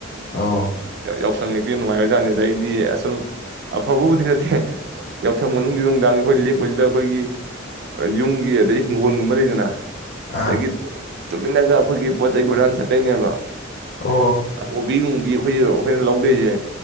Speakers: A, on the left; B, on the right.
A: ꯑꯎ
B: ꯌꯥꯎꯁꯪ ꯅꯨꯄꯤ ꯉꯥꯏꯕꯖꯥꯅꯤꯗ ꯑꯗꯩꯗꯤ ꯑꯁꯨꯝ ꯑꯐꯕꯕꯨꯗꯤ ꯅꯠꯇꯦ ꯌꯥꯎꯁꯪ ꯃꯅꯨꯡꯒꯤ ꯅꯨꯡꯗꯥꯡꯒꯤ ꯑꯩꯈꯣꯏ ꯂꯦꯛꯄꯁꯤꯗ ꯑꯩꯈꯣꯏꯒꯤ ꯌꯨꯝꯒꯤ ꯑꯗꯩ ꯍꯤꯡꯒꯣꯜꯒꯨꯝꯕ ꯂꯩꯗꯅ
A: ꯑꯥ
B: ꯑꯗꯒꯤ ꯇꯨꯃꯤꯟꯅꯒ ꯑꯩꯈꯣꯏꯒꯤ ꯄꯣꯠ ꯆꯩꯩ ꯍꯨꯔꯥꯟ ꯆꯠꯇꯣꯏꯅꯦꯕ
A: ꯑꯣ
B: ꯀꯣꯕꯤ ꯅꯨꯡꯕꯤ ꯑꯩꯈꯣꯏꯁꯨ ꯑꯩꯈꯣꯏꯅ ꯂꯧꯗꯣꯏꯁꯦ